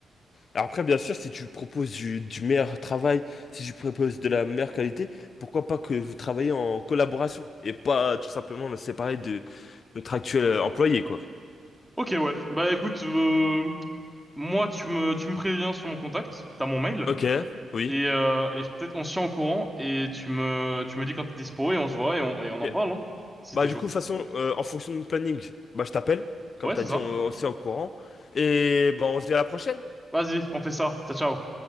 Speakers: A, on the left; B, in the centre.
A: Alors après, bien sûr, si tu proposes du, du meilleur travail, si tu proposes de la meilleure qualité, pourquoi pas que vous travaillez en collaboration et pas tout simplement me séparer de notre actuel euh, employé, quoi.
B: Ok, ouais. Bah écoute, euh, moi, tu me, tu me préviens sur mon contact, t'as mon mail,
A: Ok, oui.
B: et, euh, et peut-être on se tient au courant, et tu me, tu me dis quand t'es dispo, et on se voit, et on, et on
A: Ok.
B: en parle, hein, si
A: Bah
B: t'es
A: du
B: chaud.
A: coup, de toute façon, euh, en fonction de mon planning, bah je t'appelle, comme
B: Ouais,
A: t'as
B: c'est
A: dit,
B: ça.
A: on, on s'est au courant. Et bah on se dit à la prochaine.
B: Vas-y, on fait ça. Ciao, ciao.